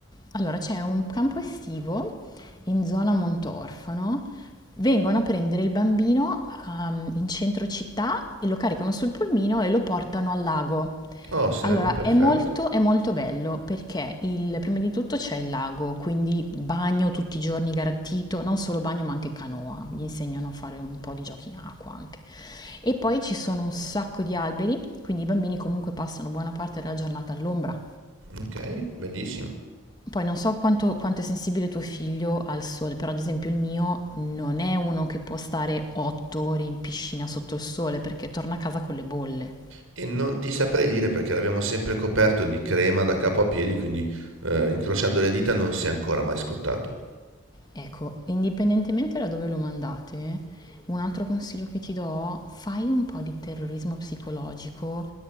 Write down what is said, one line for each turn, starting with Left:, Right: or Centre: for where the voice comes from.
Left: Allora, c'è un campo estivo in zona Montorfano. Vengono a prendere il bambino ehm, in centro città e lo caricano sul pulmino e lo portano al lago.
Right: Oh, sarebbe
Left: Allora,
Right: perfetto.
Left: è molto, è molto bello perché il- prima di tutto c'è il lago, quindi bagno tutti i giorni garantito, non solo bagno ma anche canoa, gli insegnano a fare un po' di giochi in acqua anche. E poi ci sono un sacco di alberi, quindi i bambini comunque passano buona parte della giornata all'ombra.
Right: Ok, bellissimo.
Left: Poi non so quanto, quanto è sensibile tuo figlio al sole, però ad esempio il mio non è uno che può stare otto ore in piscina sotto il sole perché torna a casa con le bolle.
Right: E non ti saprei dire perché l'abbiamo sempre coperto di crema da capo a piedi, quindi eh, incrociando le dita non si è ancora mai scottato.
Left: Ecco, indipendentemente da dove lo mandate, un altro consiglio che ti do, fai un po' di terrorismo psicologico